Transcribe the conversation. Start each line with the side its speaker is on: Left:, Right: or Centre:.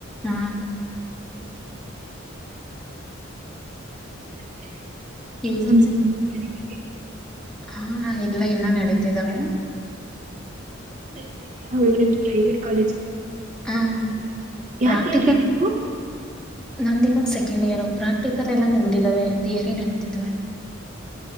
Centre: ಹ್ಮ
Right: ಬೆ
Centre: ಕೇಳಿ
Right: ಎಕ್ಸಾಮ್ಸ್ ಎಲ್ಲ ಮುಗಿತ ನಿಮಗೆ
Centre: ಹಾ ಇಲ್ಲ ಇನ್ನ ನಡೀತಿದಾವೆ
Right: ಎಲ್ಲ ನಡತಿದ್ಯಾ ್ ಪ್ರೈವೇಟ್ ಕಾಲೇಜ್ಲ್ವಾ
Centre: ಆ ಪ್ರಾಕ್ಟಿಕಲ್
Right: ಯಾವ ಯಾರ ಹೇಳಡಿ ನೀವು
Centre: ನಂದ ಇವಾಗ ಸೆಕೆಂಡ್ ಇಯರ್ ಪ್ರಾಕ್ಟಿಕಲ್ ಎಲ್ಲ ಮುಗಿದಾವೆ ಿಯರಿ ನಡತಿದಾವ